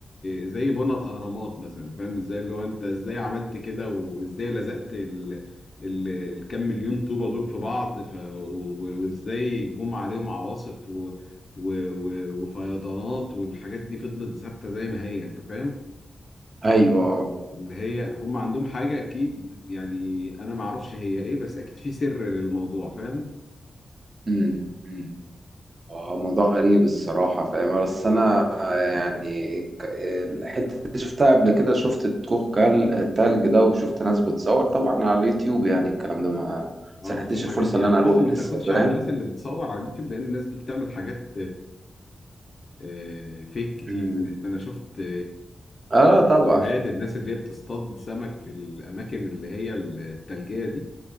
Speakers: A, on the left; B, on the right.
A: زي بنى الأهرامات مثلا فاهم ازاي اللي هو انت ازاي عملت كده وازاي لزقت ال... ال... الكام مليون طوبة دول في بعض ف... و... وازاي جم عليهم عواصف و... و... و... وفيضانات والحاجات دي فضلت ثابتة زي ما هي انت فاهم
B: ايوه اه
A: اللي هي هم عندهم حاجة أكيد يعني أنا ما أعرفش هي إيه بس أكيد في سر للموضوع فاهم
B: امم آه، موضوع غريب الصراحة فاهم بس أنا يعني ك- الحتة اللي شفتها قبل كده شفت الكوخ كال- التلج ده وشفت ناس بتصور طبعا على اليوتيوب يعني الكلام ده ما سنحتش
A: اه بس الحاجات
B: الفرصة
A: دي
B: اللي
A: يعني
B: أنا أروح
A: بص ما
B: لسه
A: تاخدش
B: فاهم
A: على الناس اللي بتصور على اليوتيوب لأن الناس دي بتعمل حاجات آه، فيك كتير
B: مم.
A: يعني انا شفت آه،
B: آه
A: فيديوهات
B: طبعا
A: الناس اللي هي بتصطاد سمك في الاماكن اللي هي التلجية دي